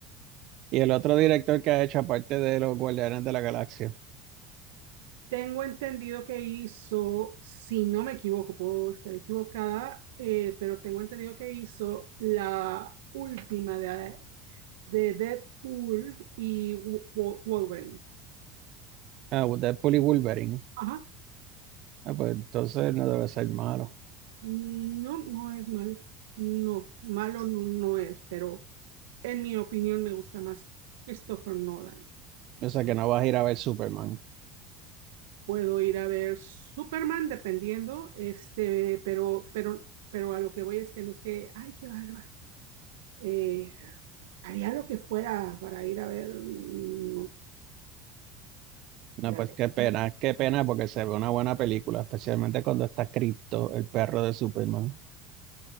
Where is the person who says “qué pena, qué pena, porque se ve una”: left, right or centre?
Right